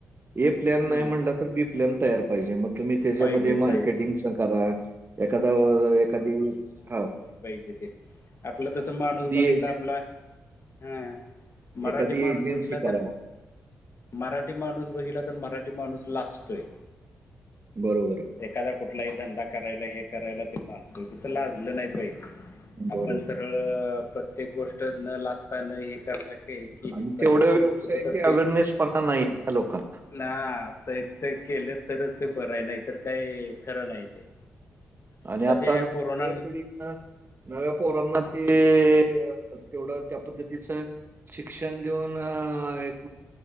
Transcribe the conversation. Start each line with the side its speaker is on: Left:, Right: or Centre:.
Right: ए प्लॅन
Left: हम्म
Right: नाही म्हणला तर बी प्लॅन तयार पाहिजे मग तुम्ही त्याच्यामध्ये
Left: पाहिजे
Right: मार्केटिंगच
Left: पाहिजे
Right: करा एखादा एखादी हा
Left: जे ते आपलं तस माणूस बघितलं
Right: एजन
Left: आपला हा मराठी
Right: एखादी
Left: माणूस
Right: एजन्सी
Left: बघितला तर
Right: करा.
Left: मराठी माणूस बघितला तर मराठी माणूस लाजतोय
Right: बरोबर आहे
Left: एखादा कुठलाही धंदा करायला हे करायला तो लाजते तसं लाजलं नाही
Right: बरोबर.
Left: आपण सगळ प्रत्येक गोष्ट न लाजता न हे करता काही केली
Right: आणि
Left: पाहिजे
Right: तेवढं
Left: तरच
Right: व्यवसायाची
Left: कुठ तररी ते
Right: अवेअरनेसपणा नाही आहे ना लोकांना
Left: ना आता एक ते केलं तरच ते बरंय नाही तर काही खरं नाही ते
Right: आणि आता
Left: जे ह्या
Right: नव्या
Left: कोरोना
Right: पिढी नव्या पोरांना ते तेवढं त्या पद्धतीचं शिक्षण देऊन एक